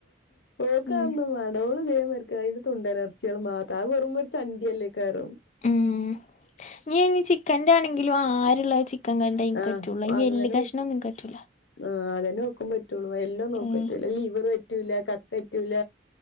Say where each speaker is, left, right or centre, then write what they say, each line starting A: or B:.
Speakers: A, on the left; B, on the left.
A: ഓക്ക്
B: ഉം
A: അത് മടകള് ഇക്ക അതിന്റെ തൊണ്ട അലർജികൾ മാത്രം അവെമോ ഒരു ചണ്ടിയ അല്ലേ കറും
B: ഉം നീ ഇനി ചിക്കന്റെ ആണെങ്കിലും ആരുള്ള ക്ക കണ്ട
A: ആഹ്
B: പറ്റുള്ളൂ ഇ
A: അത്
B: എലു
A: തന്നെ
B: കക്ഷണം
A: നോക്കും
B: ഒന്നും പറ്റൂല്ല
A: ആഹ് അതന്നെ ഓക്കും പറ്റുള്ളൂ എല്ലോന്ന് ഓക്ക്
B: ഏഹ്
A: പറ്റൂല ലിവർ പറ്റൂല ക പറ്റൂല